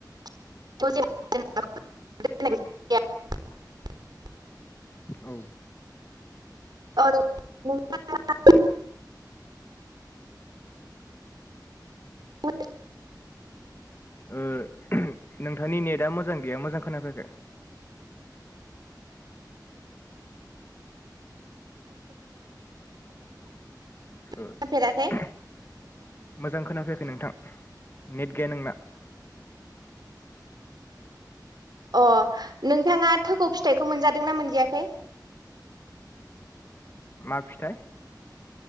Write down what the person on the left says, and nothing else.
औ
ओ नोंथांनि नेटआ मोजां गैया मोजां खोनाफैयाखै। ओ ओम
मोजां खोनाफै नोंथां नेट गैया नोंना
मा फिथाइ?